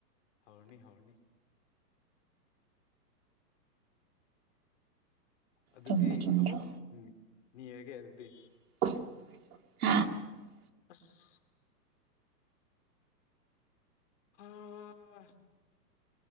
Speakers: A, on the left; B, on the right.
A: ꯍꯧꯔꯅꯤ ꯍꯧꯔꯅꯤ ꯑꯗꯨꯗꯤ
B: ꯆꯨꯝꯕ ꯆꯨꯝꯗ꯭ꯔꯣ
A: ꯑꯃꯨꯛ ꯎꯝ ꯅꯤꯔꯒꯦ ꯑꯗꯨꯗꯤ
B: <unintelligible>
A: ꯑꯁ <unintelligible> ꯑ